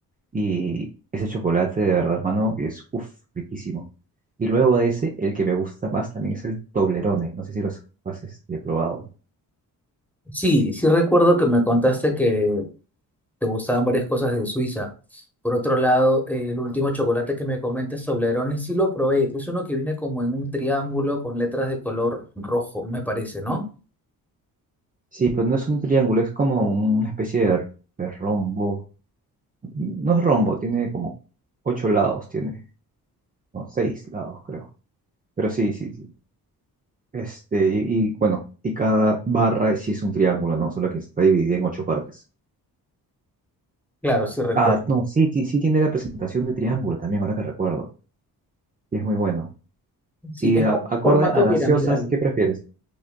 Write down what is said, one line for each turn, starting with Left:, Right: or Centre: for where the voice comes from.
Right: Y ese chocolate de verdad, hermano, que es uff, riquísimo. Y luego de ese, el que me gusta más también es el Toblerone. No sé si lo has este, probado.
Centre: Sí, sí recuerdo que me contaste que te gustaban varias cosas de Suiza. Por otro lado, eh, el último chocolate que me comentas, Toblerone, sí lo probé, es uno que viene como en un triángulo con letras de color rojo, me parece, ¿no?
Right: Sí, pero no es un triángulo, es como una especie de, de rombo. mm, No es rombo, tiene como ocho lados, tiene, no, seis lados, creo. Pero sí, sí, sí. Este, y, y, bueno, y cada barra sí es un triángulo, ¿no? Solo que está dividida en ocho partes.
Centre: Claro, sí recuerdo.
Right: Ah, no, sí, sí, sí tiene la presentación de triángulo también, ahora que recuerdo. Y es muy bueno.
Centre: Sí,
Right: Y
Centre: es
Right: a-
Centre: como
Right: acorde
Centre: un formato
Right: a gaseosas,
Centre: piramidal.
Right: ¿qué prefieres?